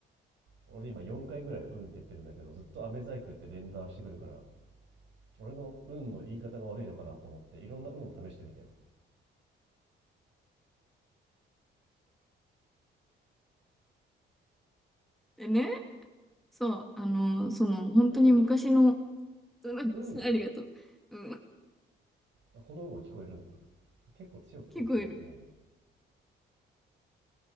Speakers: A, on the right; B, in the centre.
A: 俺今4回ぐらいうんって言ってるんだけどずっと飴細工って連打してくるから俺の運の言い方が悪いのかなと思っていろんな運を試してみたよ
B: てね。そう、あの、その、本当に昔の、
A: うん
B: <laughs> その、
A: うん
B: ありがとう。うん、
A: あこの運は聞こえるんだ結構強くうんって言わないといけないんだ
B: 聞こえる。